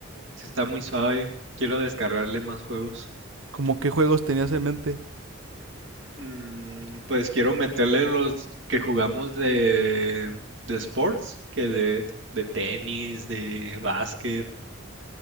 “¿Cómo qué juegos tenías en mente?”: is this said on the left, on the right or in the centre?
Right